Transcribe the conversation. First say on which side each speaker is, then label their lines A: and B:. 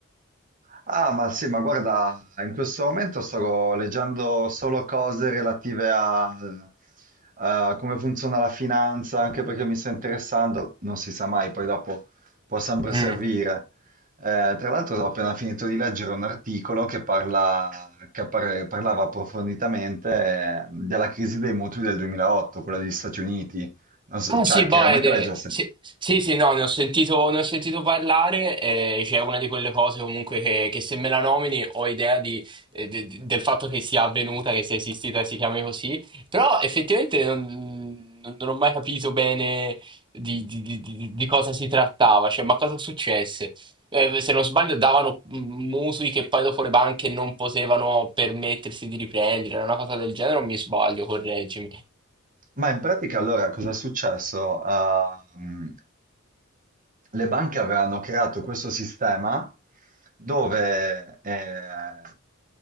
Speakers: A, on the right (about 40°); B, on the right (about 25°).
A: Ah, ma sì, ma guarda, in questo momento sto leggendo solo cose relative a, a come funziona la finanza, anche perché mi sta interessando, non si sa mai, poi dopo può sempre
B: Mm.
A: servire. Eh, tra l'altro ho appena finito di leggere un articolo che parla, che par- parlava approfonditamente eh, della crisi dei mutui del 2008, quella degli Stati Uniti. Non so-
B: Ah
A: cioè,
B: sì, Boede,
A: chiaramente l'hai già sentito.
B: sì, sì, sì, no, ne ho sentito, ne ho sentito parlare, eh, c'è una di quelle cose comunque che, che se me la nomini ho idea di- eh, de- de- del fatto che sia avvenuta, che sia esistita e si chiami così, però effettivamente non, non- non ho mai capito bene di, di- di- di- di cosa si trattava, cioè ma cosa successe? Eh, se non sbaglio davano mm, mutui che poi dopo le banche non potevano permettersi di riprendere, era una cosa del genere o mi sbaglio, correggimi.
A: Ma in pratica allora cosa è successo? Ah, mm, le banche avevano creato questo sistema dove eh,